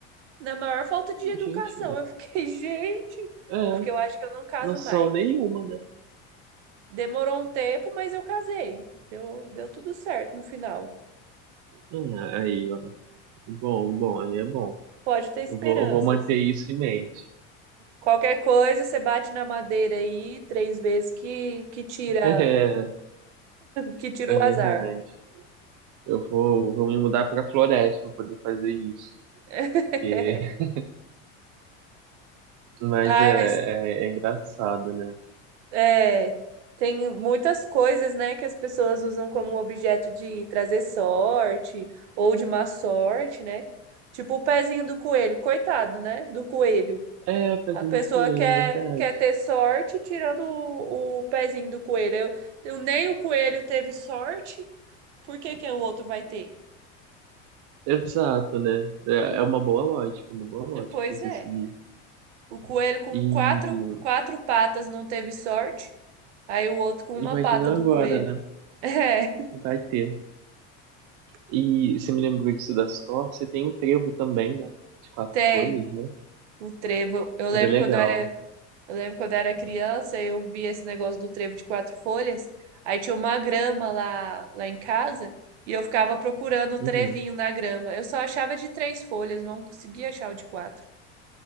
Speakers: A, on the right (about 80°); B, on the right (about 60°).
A: na maior falta de educação.
B: gente.
A: Eu fiquei, <laughs> gente,
B: É,
A: é porque eu acho que eu não caso
B: noção
A: mais.
B: nenhuma, né?
A: Demorou um tempo, mas eu casei. Deu, deu tudo certo no final.
B: Ah, aí, ó. Bom, bom, aí é bom.
A: Pode ter esperanças.
B: Eu vou, eu vou manter isso em mente.
A: Qualquer coisa, você bate na madeira aí três vezes que, que tira
B: <laughs>
A: que tira
B: É,
A: o
B: é verdade.
A: azar.
B: Eu vou, vou me mudar pra floresta pra poder fazer isso.
A: <laughs>
B: Porque- <laughs> Mas
A: Ai,
B: é,
A: mas
B: é, é engraçado, né?
A: É, tem muitas coisas, né, que as pessoas usam como objeto de trazer sorte ou de má sorte, né? Tipo o pezinho do coelho, coitado, né? Do coelho.
B: É, fazendo
A: A pessoa
B: com ele,
A: quer,
B: verdade.
A: quer ter sorte tirando o, o pezinho do coelho. Eu, eu- nem o coelho teve sorte, por que que o outro vai ter?
B: Exato, né? É é uma boa lógica, é uma boa lógica
A: Pois
B: de você
A: é.
B: seguir.
A: O coelho com
B: E
A: quatro, quatro patas não teve sorte, aí o outro com uma
B: imagina
A: pata do
B: agora,
A: coelho.
B: né?
A: <laughs> É,
B: Vai ter. E você me lembrou disso da Sorte, tem o trevo também, né? De quatro
A: tem.
B: folhas, né?
A: O trevo. Eu lembro
B: Era legal.
A: quando eu era, eu lembro quando eu era criança, eu vi esse negócio do trevo de quatro folhas. Aí tinha uma grama lá, lá em casa e eu ficava procurando o
B: Uhum.
A: trevinho na grama. Eu só achava de três folhas, não conseguia achar o de quatro.